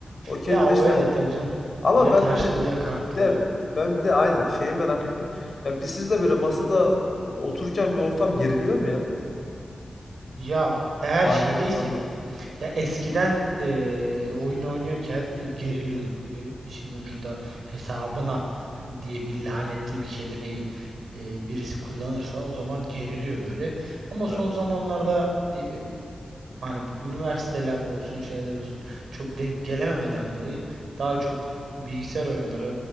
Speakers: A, on the left (about 50°); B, on the right (about 85°).
A: Okey'de
B: Ya
A: de
B: o
A: işte
B: öyle tabii canım.
A: ama
B: Ya
A: ben
B: taşlı
A: de bir
B: ya kartlı.
A: de ben bir de aynen şeyi merak ettim. Ya biz siz de böyle masada otururken bir ortam geriliyor mu ya
B: Ya eğer
A: arkadaşlarla?
B: şeydeysek ya eskiden eee oyun oynuyorken geriliyorduk. E, işin ucunda hesabına diye bir lanetli bir kelimeyi eee, birisi kullanırsa o zaman geriliyor böyle. Ama
A: Evet.
B: son zamanlarda eee, hani bu üniversiteler olsun şeyler olsun çok denk gelememeden dolayı daha çok bilgisayar oyunları